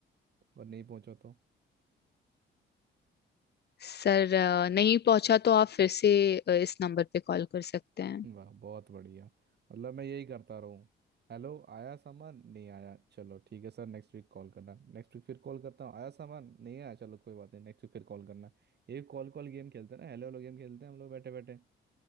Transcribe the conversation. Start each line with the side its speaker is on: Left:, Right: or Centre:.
Right: और नहीं पहुंचा तो
Left: सर अ, नहीं पहुंचा तो आप फिर से अ, इस नंबर पे कॉल कर सकते हैं
Right: वाह बहुत बढ़िया मतलब मैं यही करता रहूँ हेलो आया सामान नहीं आया चलो ठीक है सर नेक्स्ट वीक कॉल करना नेक्स्ट वीक फिर कॉल करता हूँ आया सामान नहीं आया चलो कोई बात नहीं नेक्स्ट वीक फिर कॉल करना ये कॉल कॉल गेम खेलते हैं ना हेलो हेलो गेम खेलते हैं हम लोग बैठे बैठे